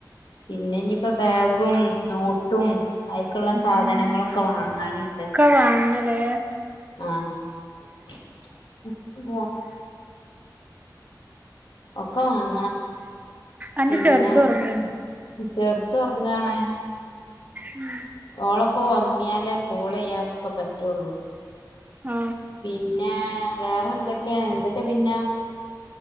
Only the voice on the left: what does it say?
പിന്നെ ഇഞിപ്പൊ ബാഗും, നോ ട്ടും അയ്ക്ക്ള്ള
സാധനങ്ങളൊക്കെ വാങ്ങാനുംണ്ട്
ആഹ് <unintelligible> ഒക്ക വാങ്ങണം
പിന്ന
ചെറ്തൊർങ്ങാണ്
ഓളൊക്കൊറങ്ങിയാലെ കോളെയ്യാനൊക്കെ പറ്റൊള്ളു
പിന്നെ വേറെന്തെക്കെ എന്തൊക്കെ പിന്ന?